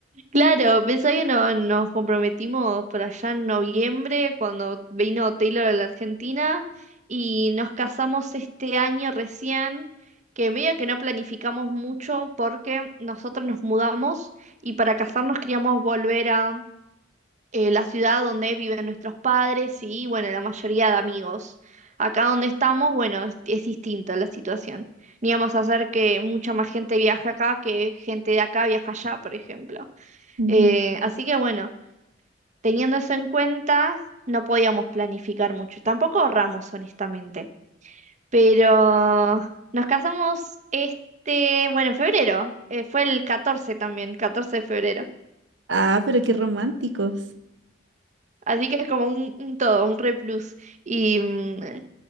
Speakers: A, on the right; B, on the right.
A: Claro, pensá que no- nos comprometimos por allá en noviembre cuando vino Taylor a la Argentina y nos casamos este año recién, que medio que no planificamos mucho porque nosotros nos mudamos y para casarnos queríamos volver a eh, la ciudad donde viven nuestros padres y bueno, la mayoría de amigos. Acá donde estamos, bueno, es, es distinta la situación. Ni vamos a hacer que mucha más gente viaje acá que gente de acá viaja allá, por ejemplo.
B: Ujú.
A: Eh, así que bueno, teniendo eso en cuenta, no podíamos planificar mucho. Tampoco ahorramos, honestamente. Pero nos casamos este, bueno, en febrero. Eh, fue el 14 también, 14 de febrero.
B: Ah, pero qué románticos.
A: Así que es como un, un todo, un replus. Y mm,